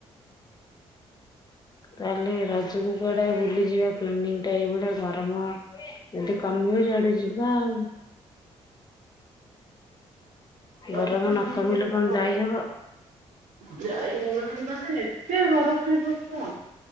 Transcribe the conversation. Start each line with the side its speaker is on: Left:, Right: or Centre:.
Left: ତାହେଲେ ରଜକୁ କୁଆଡ଼େ ବୁଲିଯିବା ପ୍ଲାନିଂ ଟା? ଏଇଭଳିଆ ଗରମ ଯଦି କମିବ ଯୁଆଡେ ଯିବା ଆଉ। ଗରମ
Right: ଦିନ
Left: ନ
Right: ମାନଙ୍କରେ
Left: କମିଲେ କଣ ଯାଇହବ?
Right: ଯାଇହବନି ମାନେ ଏତେ ଗରମ ଏଇ ବର୍ଷ,